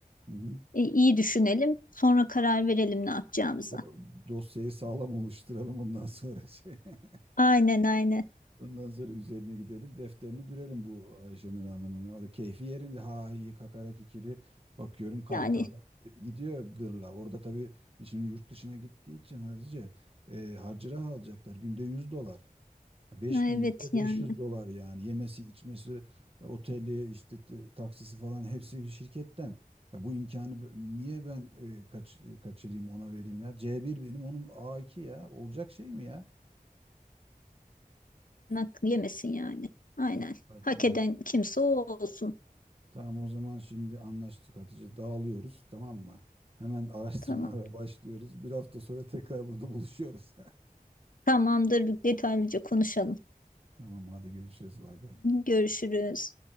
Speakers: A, on the right; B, on the left.
A: Hı hı.
B: E, iyi düşünelim sonra karar verelim ne yapacağımıza.
A: O dosyayı sağlam oluşturalım ondan sonra <laughs>
B: Aynen aynen.
A: Ondan sonra üzerine gidelim. Defterini dürelim bu Ayşenur Hanım'ın. O da keyfi yerinde. Ha iyi kakara kikiri. Bakıyorum kahkaha
B: Yani
A: gidiyor gırla. Orada tabii biz şimdi yurt dışına gittiği için Hatice e, harcırah alacaklar. Günde 100 dolar. beş
B: evet
A: gün gitse
B: yani.
A: beş yüz dolar yani. Yemesi, içmesi, oteli, işte te- taksisi falan hepsi şirketten. Ya bu imkanı b- niye ben e, kaç- kaçırayım ona vereyim ya? c bir benim onun a iki ya. Olacak şey mi ya?
B: Hakkı yemesin yani. Aynen.
A: Evet.
B: Hak eden kimse o olsun.
A: Tamam o zaman şimdi anlaştık Hatice. Dağılıyoruz tamam mı? Hemen <laughs> araştırmalara
B: Tamam.
A: başlıyoruz. Bir hafta sonra tekrar burada buluşuyoruz.
B: Tamamdır detaylıca konuşalım.
A: <laughs> Tamam hadi görüşürüz. Bay bay.
B: Görüşürüz.